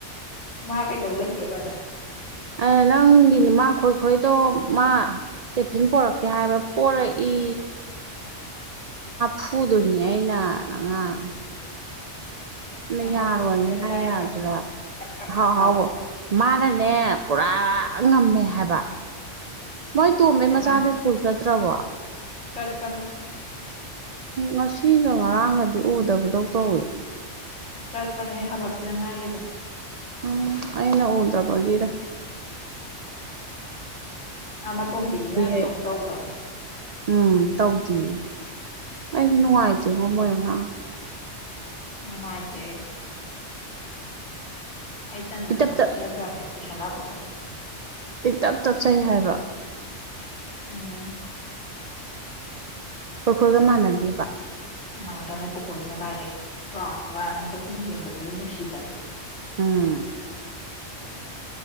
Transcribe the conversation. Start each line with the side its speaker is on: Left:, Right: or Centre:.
Left: ꯃꯥ ꯀꯩꯗꯧ ꯂꯩꯒꯦꯕꯗꯣ
Right: ꯑ ꯅꯪꯒꯤꯅꯦ ꯃꯥ ꯈꯣꯏ ꯈꯣꯏꯗꯣ ꯃꯥ ꯇꯤꯐꯤꯟ ꯄꯣꯔꯛꯇꯦ ꯍꯥꯏꯕ꯭ꯔꯥ ꯄꯣꯔꯛꯏ ꯐꯨꯗꯅꯤ ꯍꯥꯏꯥꯏ ꯅꯥ ꯅꯉꯥꯡ ꯅ
Left: ꯑꯍꯥꯎꯕ
Right: ꯌꯥꯔꯣꯏꯅ
Left: ꯊꯤꯔ
Right: ꯍꯥꯏ
Left: ꯆꯥꯏ
Right: ꯌꯥꯗ꯭ꯔꯥ
Left: ꯑꯣꯏꯔꯝꯅꯤ ꯀꯛ ꯀꯛ
Right: ꯍꯥꯎ
Left: ꯍꯦꯛ ꯂꯥꯎꯒꯩ
Right: ꯍꯥꯎꯕ ꯃꯥꯅꯅꯦ ꯄꯨꯔꯥ ꯉꯝꯃꯦ ꯍꯥꯏꯕ ꯃꯣꯏ ꯇꯣꯝꯕꯩ
Left: ꯑꯉꯥꯡ
Right: ꯃꯆꯥꯗ ꯁ꯭ꯀꯨꯜ ꯆꯠꯇ꯭ꯔꯕꯣ
Left: ꯆꯠꯄꯅꯦ
Right: ꯉꯁꯤꯒ ꯉꯔꯥꯡꯒꯗꯤ ꯎꯗꯕꯗꯧ ꯇꯧꯏ
Left: ꯆꯠꯄꯅꯦ ꯍꯦꯛ ꯍꯧꯂꯛꯈꯤꯗ ꯉꯥꯏꯔꯤꯕ
Right: ꯎꯝ ꯑꯩꯅ ꯎꯗꯕꯒꯦꯔ
Left: ꯑꯥ ꯃꯇꯣꯝꯕꯤꯁꯤꯅꯗꯤ
Right: ꯑꯩ
Left: ꯑꯃꯨꯛ ꯇꯧꯗꯕ
Right: ꯎꯝ ꯇꯧꯗꯌꯦ ꯑꯩꯁꯨ ꯅꯨꯡꯉꯥꯏꯇꯦꯉꯣ ꯃꯣꯏꯔꯒꯥꯡ
Left: ꯃꯨꯥꯏꯇ ꯑꯥꯏꯨ ꯑꯥꯏ ꯇꯟ ꯅꯪꯒ
Right: ꯏꯇꯞ ꯇꯞ
Left: ꯐꯖꯗ꯭ꯔꯅꯦ ꯇꯨꯁꯂ ꯍꯥꯥꯛꯄꯗ
Right: ꯏ ꯇꯞ ꯇꯞꯆꯩ ꯍꯥꯏꯕ
Left: ꯎꯝ
Right: ꯑꯩꯈꯣꯏꯈꯣꯏꯒ ꯃꯅꯗꯤ
Left: ꯎ ꯃꯥꯟꯅꯗꯕꯅꯦ ꯀꯣꯀꯣꯏꯁꯤꯅ ꯀꯥꯏꯗꯩ ꯂꯥꯎꯔꯒ ꯃꯁꯛꯇꯨ ꯌꯦꯡꯕꯗꯨꯁꯨ ꯅꯨꯡꯁꯤꯗꯕ
Right: ꯑꯝ